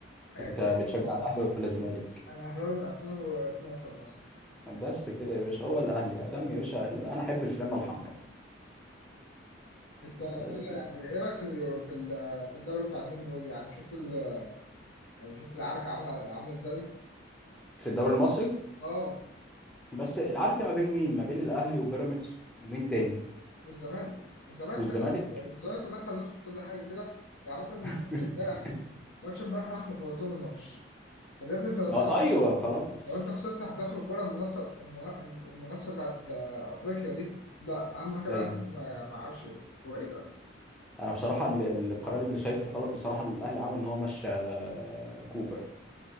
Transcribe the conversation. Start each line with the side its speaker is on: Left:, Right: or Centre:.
Left: آه،
Centre: انت
Left: كده كده
Centre: بتشجع الاهلي
Left: أنا
Centre: ولا الزمالك
Left: أنا أهلاوي من 2012 مثلا
Centre: بس كده يا باشا هو الاهلي يا دم يا باشا انا احب الفلانة الحمراء
Left: أنت بتاع
Centre: بس
Left: ده يعني إيه رأيك في ال- في ال- في الدوري بتاع اليومين دول يعني شفت ال... يعني شفت العركة عاملة عاملة إزاي؟
Centre: في الدوري المصري
Left: أه
Centre: بس العركه ما بين مين ما بين الاهلي وبيراميدز ومين تاني
Left: والزمالك الزمالك
Centre: والزمالك
Left: دخل الزمالك مدخل نفسه في كل حاجة كده يعني مثلا
Centre: <laughs>
Left: ماتش امبارح ماتش امبارح راح مفوت لهم الماتش طب يا ابني أنت لو
Centre: ما
Left: خسرت
Centre: ايوه خلاص
Left: لو انت خسرت هتخرج بره المنافسه المنا- المنافسه بتاعت آه، افريقيا دي لا اهم حاجه الاهلي
Centre: ايوه
Left: ما ما اعرفش ايه هو ايه ده
Centre: انا بصراحه ال- ال- القرار اللي شايفه غلط بصراحه الاهلي عمل ان هو مشى آه، كوبر